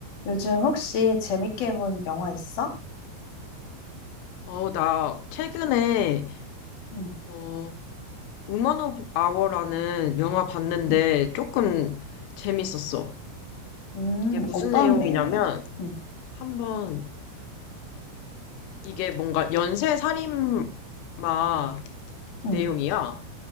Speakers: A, on the left; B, on the left.
A: 요즘 혹시 재밌게 본 영화 있어?
B: 어, 나 최근에
A: 응.
B: 어, 우먼 오브 아워라는 영화 봤는데
A: 응.
B: 조금 재밌었어.
A: 음,
B: 이게 무슨
A: 어떤
B: 내용이냐면
A: 내용이야? 응.
B: 한번 이게 뭔가 연쇄 살인마
A: 응.
B: 내용이야.